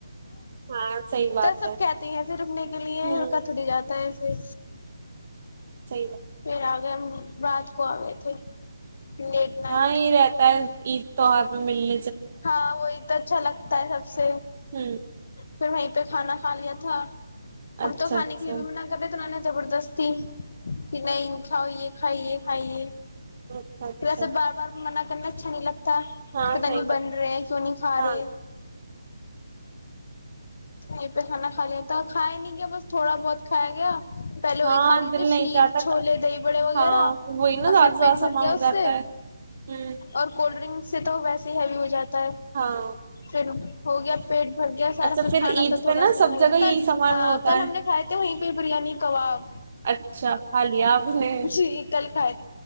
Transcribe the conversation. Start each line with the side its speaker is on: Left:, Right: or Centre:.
Right: ہاں صحیح بات
Left: سب
Right: ہے
Left: کہتے ہیں پھر رکنے کے لیے
Right: ہوں
Left: روکا تڑاجاتا ہے ایسے
Right: صحیح بات
Left: پھر آ گیا رات کو آ گئے تھے لیٹ نائٹ
Right: ہاں یہی رہتا ہے عید تو آ بھی ملنی
Left: ہاں وہی تو اچھا لگتا ہے سب سے
Right: ہوں
Left: پھر وہیں پہ کھانا کھا لیا تھا ہم
Right: اچھا
Left: تو کانے
Right: اچھا
Left: کے لیے بھی منع کر رہےتھے تون نے زبردستی ک نہیں کاائیے کھائیے کھائیے
Right: اچھا اچھا
Left: پسے بار بار مانا کرنا اچھا نہیں لگ تا
Right: ہاں
Left: پتا
Right: صحیح
Left: نہیں بند
Right: بات
Left: رہے تو نہیں کھا
Right: ہاں
Left: رہے <inaudible> یہ پہ کھانا کھا لیا تھا کھیا ہی نہیں گیا بس تھوڈا بہت کھایا گیا پہلے
Right: ہاں
Left: وہی کھا لیے
Right: دل
Left: تھے
Right: نہیں
Left: شیر
Right: چاہتا
Left: چھولے دہی بڑے وغیرہ
Right: ہاں
Left: اور
Right: وہی نا زیادہ
Left: پھر
Right: سے زیادہ
Left: پیٹ
Right: سامان
Left: بھر گیا
Right: ہو
Left: اس
Right: جاتا
Left: سے
Right: ہے ہوں
Left: اور کولڈ ڈرنک سے تو ویسے ہیوی ہو جت
Right: ہاں
Left: <unintelligible> ہو گیا پیٹ بھر گیا پھر
Right: اچھا
Left: کھانا
Right: عید
Left: تو تھوڑا
Right: پہ نا
Left: سا
Right: سب
Left: ک
Right: جگہ
Left: کل
Right: یہی سامان
Left: ہ
Right: ہوتا
Left: کل
Right: ہے
Left: ہم نے کھائے تھے وہیں پہ بریانی کباب
Right: اچھا کھا لیا آپ نے
Left: جی کل کائے